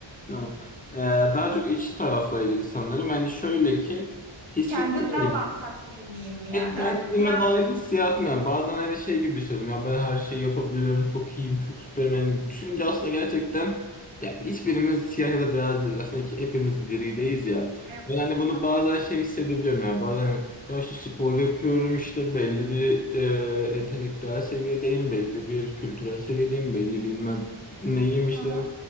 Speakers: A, on the left (about 20°); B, on the right (about 70°).
A: Tamam. Ee, daha çok iç tarafla ilgili sanırım. Yani şöyle ki hissiyatla
B: kendinden
A: ilgili
B: olan tatminliğin mi
A: Pek
B: yani
A: kendime
B: hani bir an
A: dair hissiyatım yani. Bazen hani şey gibi hissediyorum. Ya ben her şeyi yapabiliyorum. Çok iyiyim. Çok süperim. Yani düşününce aslında gerçekten ya hiçbirimiz siyah ya da beyaz değiliz. Aslında ki hepimiz grideyiz ya.
B: evet.
A: Ben hani bunu
B: Aha.
A: bazen şey hissedebiliyorum yani. Bazen hani, ya işte spor yapıyorum işte belli bir e, entelektüel seviyedeyim. Belli bir kültürel seviyedeyim. Belli bilmem neyim işte.
B: Hı hı,